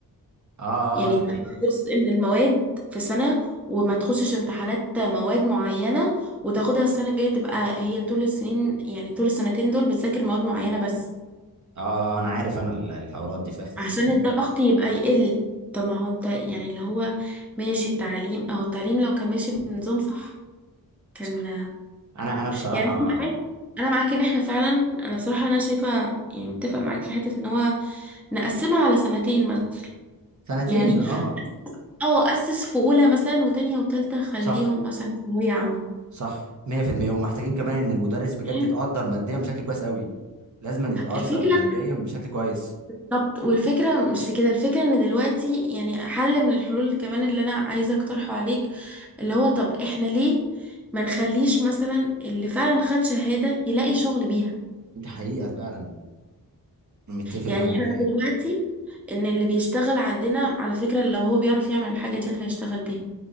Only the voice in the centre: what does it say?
يعني
تاخد
جزء من المواد في سنة وما تخشش امتحانات مواد معينة وتاخدها السنة الجاية تبقى هي طول السنين يعني طول السنتين دول بتذاكر مواد معينة بس
عشان الضغط يبقى يقل طب ما هو انت يعني اللي هو ماشي التعليم اهو التعليم لو كان ماشي بنظام صح كان
يعني انا معاك انا معاك ان احنا فعلا انا بصراحة انا شايفة يعني متفق معاك في حتة ان هو نقسمها على سنتين مثلا
يعني
اه اسس في اولى مثلا وتانية وتالتة خليهم
مثلا ثانوية عامة
فاهم؟
الفكرة
طب والفكرة مش في كده الفكرة ان دلوقتي يعني حل من الحلول كمان اللي انا عايزة اقترحه عليك اللي هو طب احنا ليه ما نخليش مثلا اللي فعلا خد شهادة يلاقي شغل بيها
يعني
احنا دلوقتي ان اللي بيشتغل عندنا على فكرة لو هو بيعرف يعمل الحاجة دي هيشتغل بيها